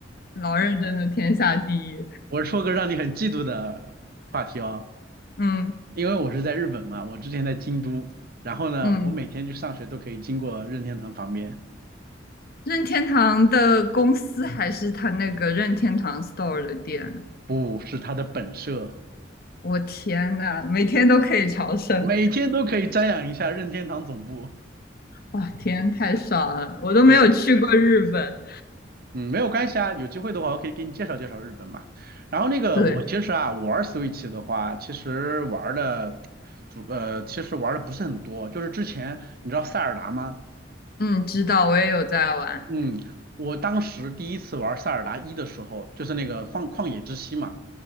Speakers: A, on the left; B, on the right.
A: 老认真的天下第一。
B: 我说个让你很嫉妒的话题哦，
A: 嗯
B: 因为我是在日本嘛，我之前在京都，然后呢，
A: 嗯。
B: 我每天去上学都可以经过任天堂旁边，
A: 任天堂的公司还是他那个任天堂 Store 的店？
B: 不是它的本社，
A: 我天呐，每天都可以朝圣，
B: 每天都可以瞻仰一下任天堂总部。
A: 哇，天，太爽了！我都没有去过日本。
B: 对。嗯，没有关系啊，有机会的话我可以给你介绍介绍日本嘛。然后那个我其实啊，
A: 对，
B: 我玩 Switch 的话，其实玩的主呃，其实玩的不是很多。就是之前你知道塞尔达吗？
A: 嗯，知道，我也有在玩。
B: 嗯，我当时第一次玩塞尔达一的时候，就是那个旷旷野之息嘛，